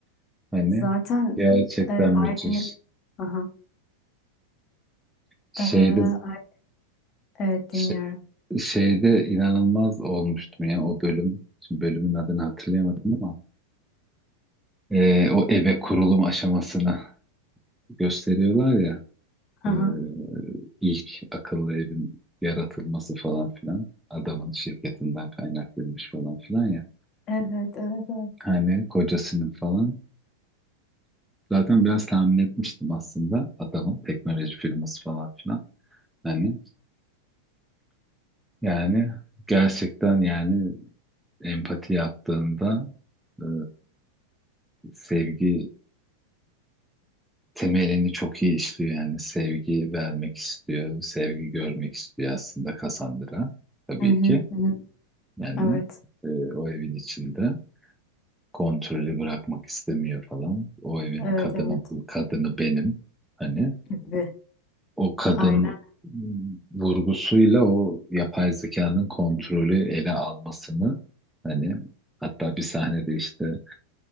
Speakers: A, in the centre; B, on the left.
A: Hani
B: Zaten
A: gerçekten
B: e,
A: müthiş.
B: ailenin... Aha.
A: Şeyde
B: E, ay- evet
A: ş-
B: dinliyorum.
A: şeyde inanılmaz olmuştum ya o bölüm. Şimdi bölümün adını hatırlayamadım ama eee, o eve kurulum aşamasını gösteriyorlar ya.
B: Aha.
A: Ee, ilk akıllı evin yaratılması falan filan adamın şirketinden kaynaklıymış falan filan ya.
B: Evet, evet, evet.
A: Hani kocasının falan. Zaten biraz tahmin etmiştim aslında adamın teknoloji firması falan filan. Hani yani gerçekten yani empati yaptığında e, sevgi temelini çok iyi işliyor yani sevgi vermek istiyor, sevgi görmek istiyor aslında Cassandra tabii
B: Hı hı,
A: ki.
B: hı hı.
A: Yani
B: Evet.
A: e, o evin içinde kontrolü bırakmak istemiyor falan. O evin
B: Evet
A: kadını
B: evet
A: kadını benim. Hani
B: gibi.
A: o kadın
B: Aynen.
A: mm, vurgusuyla o yapay zekanın kontrolü ele almasını hani hatta bir sahnede işte